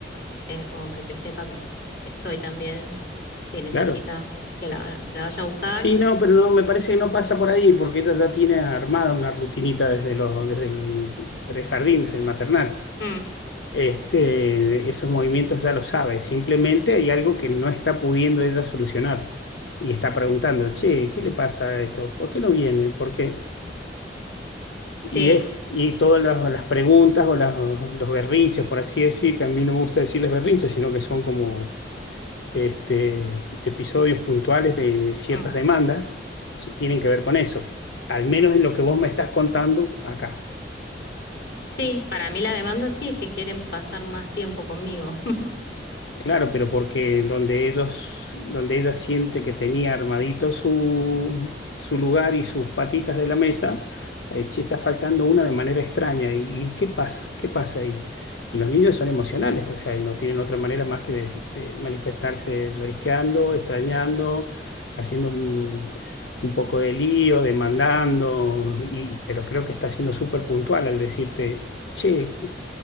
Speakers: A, on the left (about 65°); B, on the left (about 85°).
A: eh, como para que sepa que, que estoy también, si necesita
B: claro.
A: que la, que la vaya a buscar.
B: Sí, no, pero no, me parece que no pasa por ahí, porque ella ya tiene armada una rutinita desde los, desde el prejardín, desde el maternal.
A: Mm,
B: Este, esos movimientos ya lo sabe, simplemente hay algo que no está pudiendo ella solucionar. Y está preguntando, che, ¿qué le pasa a esto? ¿Por qué no viene? Porque
A: sí.
B: Y, es, y todas las, las preguntas o las, los berrinches, por así decir, que a mí no me gusta decirles berrinches, sino que son como este, episodios puntuales de, de ciertas
A: Mm.
B: demandas, s- tienen que ver con eso, al menos en lo que vos me estás contando acá.
A: Sí, para mí la demanda sí es que quieren pasar más tiempo conmigo. <laughs>
B: Claro, pero porque donde ellos, donde ella siente que tenía armadito su, su lugar y sus patitas de la mesa, eh, che, está faltando una de manera extraña. ¿Y, y qué pasa? ¿Qué pasa ahí? Y los niños son emocionales, o sea, no tienen otra manera más que de, de manifestarse llorisqueando, extrañando, haciendo un, un poco de lío, demandando, y, pero creo que está siendo súper puntual al decirte, che, que-